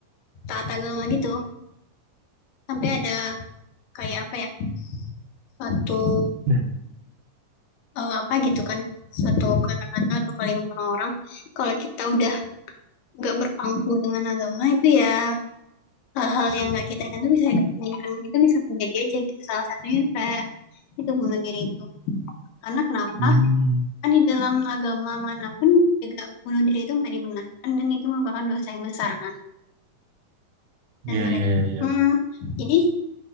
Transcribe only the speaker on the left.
taat agama gitu sampai ada kayak apa ya suatu
eh, apa gitu kan suatu kata-kata atau kalimat orang-orang kalau kita udah nggak berpangku dengan agama itu ya hal-hal yang nggak kita inginkan itu bisa inginkan itu bisa terjadi aja gitu salah satunya kayak itu bunuh diri itu karena kenapa
kan di dalam agama manapun juga bunuh diri itu nggak dibenarkan dan itu merupakan dosa yang besar kan dan
mereka
Hmm, jadi